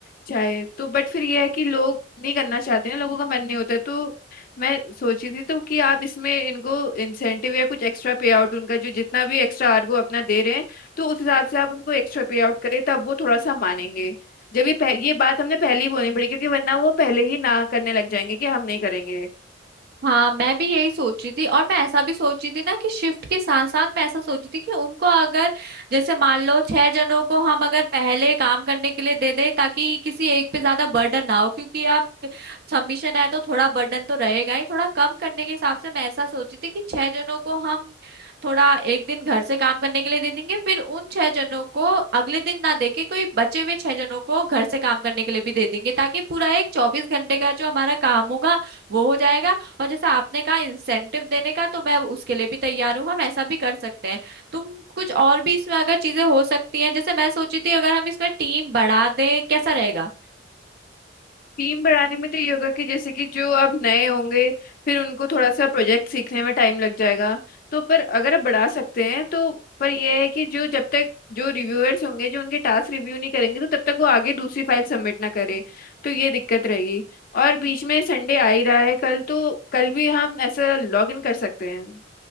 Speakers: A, on the left; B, on the right.
A: चाहे तो बट फिर ये है कि लोग नहीं करना चाहते हैं लोगों का मन नहीं होता है। तो मैं सोची थी तो कि आप इसमें इनको इंसेंटिव या कुछ एक्स्ट्रा पे आउट उनका जो जितना भी एक्स्ट्रा आर वो अपना दे रहे हैं तो उस हिसाब से आप उनको एक्स्ट्रा पे आउट करें तब वो थोड़ा सा मानेंगे जब ये पह, ये बात हमने पहले ही बोलनी पड़ेगी क्योंकि वरना वो पहले ही ना करने लग जाएंगे कि हम नहीं करेंगे
B: हाँ मैं भी यही सोच रही थी और मैं ऐसा भी सोच रही थी ना कि शिफ्ट के साथ साथ मैं ऐसा सोच रही थी कि उनको अगर जैसे मान लो छह जनों को हम अगर पहले काम करने के लिए दे दें ताकि किसी एक पे ज्यादा बर्डन ना हो क्योंकि आप सबमिशन है तो थोड़ा बर्डन तो रहेगा ही थोड़ा कम करने के हिसाब से मैं ऐसा सोची थी कि छह जनों को हम थोड़ा एक दिन घर से काम करने के लिए दे देंगे फिर उन छह जनों को अगले दिन ना देके कोई बचे हुए छह जनों को घर से काम करने के लिए भी दे देंगे ताकि पूरा एक चौबीस घंटे का जो हमारा काम होगा वो हो जाएगा और जैसा आपने कहा इंसेंटिव देने का तो मैं उसके लिए भी तैयार हूँ हम ऐसा भी कर सकते हैं तुम कुछ और भी इसमें अगर चीजें हो सकती हैं जैसे मैं सोची थी अगर हम इसमें टीम बढ़ा दें कैसा रहेगा
A: टीम बढ़ाने में तो योगा के जैसे कि जो अब नए होंगे फिर उनको थोड़ा सा प्रोजेक्ट सीखने में टाइम लग जाएगा तो पर अगर आप बढ़ा सकते हैं तो पर यह है कि जो जब तक जो रिव्यूअर्स होंगे जो उनके टास्क रिव्यू नहीं करेंगे तो तब तक वो आगे दूसरी फाइल सबमिट ना करे तो ये दिक्कत रहेगी और बीच में संडे आ ही रहा है कल तो कल भी हम ऐसा लॉग इन कर सकते हैं